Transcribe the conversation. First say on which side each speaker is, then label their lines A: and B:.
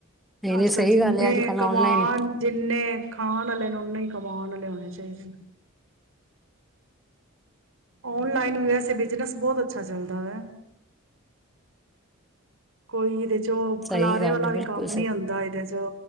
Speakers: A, in the centre; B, on the right.
A: ਨਹੀਂ
B: ਅੱਜ
A: ਨਹੀਂ ਸਹੀ
B: -ਕੱਲ ਜਿੰਨੇ
A: ਗੱਲ ਹੈ ਅੱਜ ਕੱਲ
B: ਕਮਾਨ
A: ਔਨਲਾਈਨ
B: ਜਿੰਨੇ ਖਾਣ ਵਾਲੇ ਨੂੰ ਨਾਂ ਹੀ ਕਮਾਉਣ ਵਾਲੇ ਹੋਣੇ ਚਾਹੀਦੇ ਨੇ। ਆਨਲਾਈਨ ਵੈਸੇ ਬਿਜਨਸ ਬਹੁਤ ਅੱਛਾ ਚੱਲਦਾ ਵੇ ਕੋਈ ਇਹਦੇ ਚ ਤੋਂ
A: ਸਹੀ
B: ਖਿਲਾਰੇ
A: ਗੱਲ
B: ਵਾਲਾ
A: ਹੈ
B: ਵੀ
A: ਬਿਲਕੁਲ
B: ਕੰਮ ਨੀ
A: ਸਹੀ
B: ਹੁੰਦਾ ਇਹਦੇ ਚ